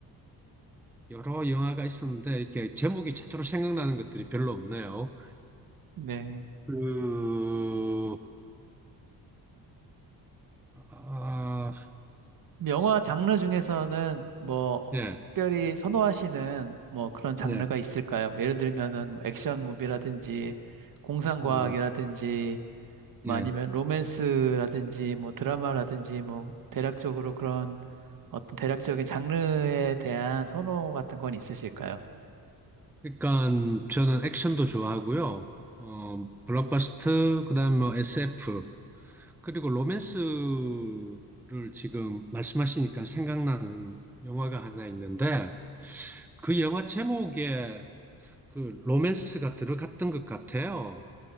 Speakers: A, in the centre; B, on the right (about 55°).
A: 여러 영화가 있었는데 이렇게 제목이 제대로 생각나는 것들이 별로 없네요.
B: 네.
A: 그, 아,
B: 영화 장르 중에서는 뭐
A: 예,
B: 특별히 선호하시는 뭐 그런 장르가
A: 예.
B: 있을까요? 뭐 예를 들면은 뭐 액션 무비라든지 공상과학이라든지
A: 음.
B: 뭐
A: 예.
B: 아니면 로맨스라든지 뭐 드라마라든지 뭐 대략적으로 그런 어떤 대략적인 장르에 대한 선호 같은 건 있으실까요?
A: 그러니까 저는 액션도 좋아하고요. 어, 블록버스터, 그다음에 뭐 SF, 그리고 로맨스를 지금 말씀하시니까 생각나는 영화가 하나 있는데 그 영화 제목에 그 로맨스가 들어갔던 것 같아요.